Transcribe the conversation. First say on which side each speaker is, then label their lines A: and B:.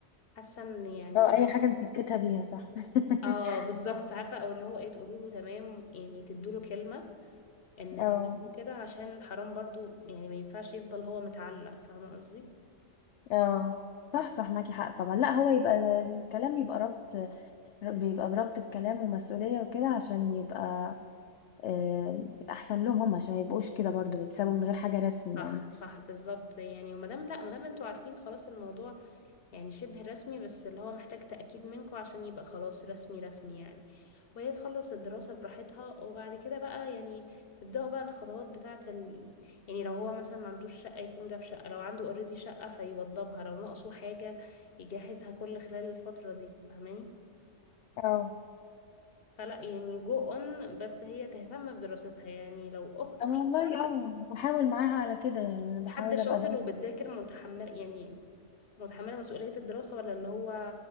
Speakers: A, on the left (about 50°); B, on the left (about 70°).
A: حاسة ان يعني
B: أو أي حاجة نسكتها بيها صح
A: اه
B: <laughs>
A: بالظبط عارفة او اللي هو ايه تقولوا له تمام يعني تدوا له كلمة ان
B: اه
A: تمام وكده عشان حرام برضو يعني ما ينفعش يفضل هو متعلق فاهمة قصدي؟
B: اه صح صح معاكي حق طبعا لا هو يبقى ده- الكلام يبقى ربط بيبقى بربط بكلام ومسؤولية وكده عشان يبقى آه، أحسن لهم عشان ميبقوش كده برضو بيتسابوا من غير حاجة رسمي
A: صح
B: يعني
A: صح بالظبط يعني ومادام لا مادام انتوا عارفين خلاص الموضوع يعني شبه رسمي بس اللي هو محتاج تأكيد منكم عشان يبقى خلاص رسمي رسمي يعني وهي تخلص الدراسة براحتها وبعد كده بقى يعني تبدأوا بقى الخطوات بتاعة ال... يعني لو هو مثلا ما عندوش شقة يكون جاب شقة لو عنده اوريدي شقة فيوضبها لو ناقصه حاجة يجهزها كل خلال الفترة دي فاهماني
B: اه
A: فلا يعني جو اون بس هي تهتم بدراستها يعني لو أختك
B: أنا
A: شاطرة
B: والله اه بحاول معاها على كده يعني أنا
A: حد
B: بحاول
A: شاطر
B: أبقى ده
A: وبتذاكر متحمل يعني متحملة مسؤولية الدراسة ولا اللي هو